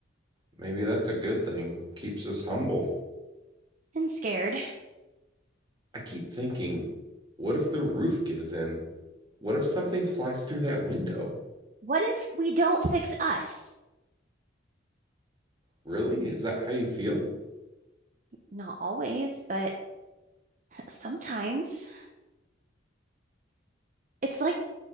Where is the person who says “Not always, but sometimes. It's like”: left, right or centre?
Right